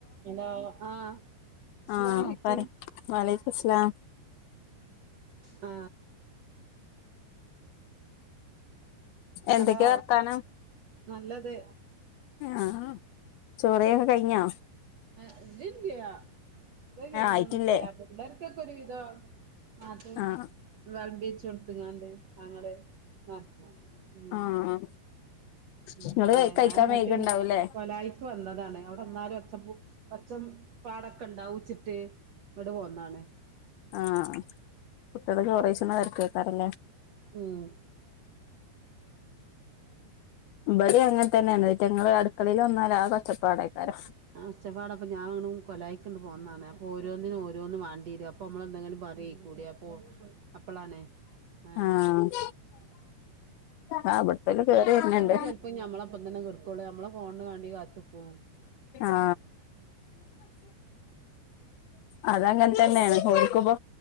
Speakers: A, on the right; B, on the left.
A: Hello ആഹ് അസ്സലാമലൈക്കും
B: ആഹ പറ വലക്കും സ്ലാം
A: ആ
B: എന്തൊക്കെയാ
A: ഹലോ
B: വർത്താനം
A: നല്ലത്
B: ആ ചോറൊയ കഴിഞ്ഞോ
A: ആ ഇതില്ല അത് കഴണ്ടൊന്നില്ല
B: ഏഹ് ആയിട്ടില്ലേ
A: പിള്ളേർക്കൊക്കെ ഒരു വിധം അതും
B: ആഹ്
A: വിളമ്പി വെച്ച കൊടുങ്ങെങ്ങാണ്ട് തങ്ങള് നക്ക ഉ
B: ആഹ്
A: ഉ
B: നിങ്ങള്
A: അാ
B: കഴിക്കാൻ
A: ഞാനിങ്ങട്ട്
B: വൈകിണ്ടാവൂല്ലേ
A: കൊലായിക്ക് വന്നതാണ് അവിടെന്നാലും ഒച്ചപ്പു പച്ചം പാടൊക്കെ ഇണ്ടാവച്ചിട്ട് ഇങ്ങോട് പോന്നതാണ്
B: ആ കുട്ടികള് ചോറസന നേരത്ത്ക്കാറല്ലേ
A: ഉം
B: ഇബടെ അങ്ങനെ തന്നെയാണ് ഇതങ്ങള് മക്കളൽ വന്നാല ആ കൊറ്റപ്പാടക്കാരം
A: ആച്ചപ്പാട അപ്പ ഞാ അങ്ങും കൊലായിക്കണ്ട് പോകന്നാണ് അപ്പോ ഓരോന്നിനും ഓരോന്നും വണ്ടിരും അപ്പ നമ്മ എന്തെങ്കിലും പറ കൂട അപ്പൊ അപ്പളാണ് ആ
B: ആഹ് ആഹ് ഇബട്ത്തോല് കേറി വര്ന്ണ്ട്
A: ചെപ്പോം ഞമ്മളെപ്പം തന്നെ കൊടുക്കുള്ളൂ നമ്മളെ ഫോൺ വേണ്ടി കാത്തുനിക്കും
B: ആ അതങ്ങനെ തന്നെയാണ് നക്കുമ്പോ